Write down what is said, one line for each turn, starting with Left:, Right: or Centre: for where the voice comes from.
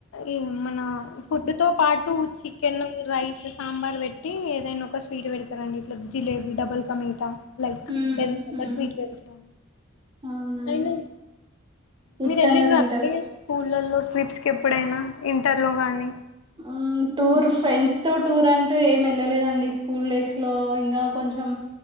Left: ఈ మన ఫుడ్ తో పాటు చికెన్ రైస్ సాంబార్ పెట్టి ఏదైనా ఒక స్వీట్ పెడతారండి ఇట్లా జిలేబీ డబల్ కమటా లైక్
Right: హ్మ్
Left: ఏదన్నా స్వీట్
Right: హు
Left: పెడుకము
Right: అవునా
Left: అయిన మీరు
Right: ఇష్టంగా
Left: వెళ్ళిన్రండి
Right: తింటారు
Left: ట్రిప్స్కి ఎప్పుడైనా ఇంటర్ లో గానీ
Right: ఆ టూర్ ఫ్రెండ్స్ తోట్ టూర్ అంటూ ఎమ్ వెళ్ళలేదండి స్కూల్ డేస్ లో ఇంగా కొంచం.